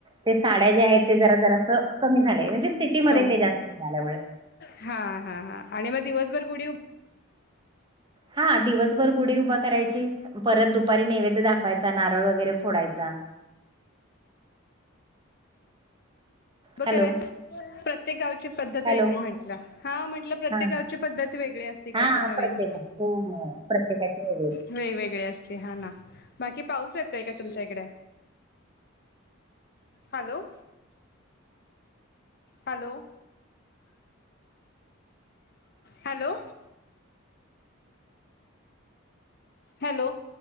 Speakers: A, on the right; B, on the left.
A: ते साड्या जे आहेत ते जरा जरास कमी झालय म्हणजे सिटीमध्ये
B: कम
A: ते जास्त झाल्यामुळ.
B: हा हा हा आणि मग दिवसभर गुढी उभं
A: हा दिवसभर गुढी उभा करायची परत दुपारी नैवेद्य दाखवायचा नारळ वगैरे फोडायचा.
B: उभ
A: हॅलो
B: करायच प्रत्येक गावची पद्धत
A: हॅलो
B: वेगळी म्हंटल हां म्हंटल प्रत्येक
A: हा
B: गावची पद्धत वेगळी असते. काय
A: हा
B: तर नवीन
A: प्रत्येका प्रत्येकाची वेगळी.
B: वेगवेगळी असते हा ना. बाकी पाऊस येतोय का तुमच्या इकड? हॅलो हॅलो हॅलो हॅलो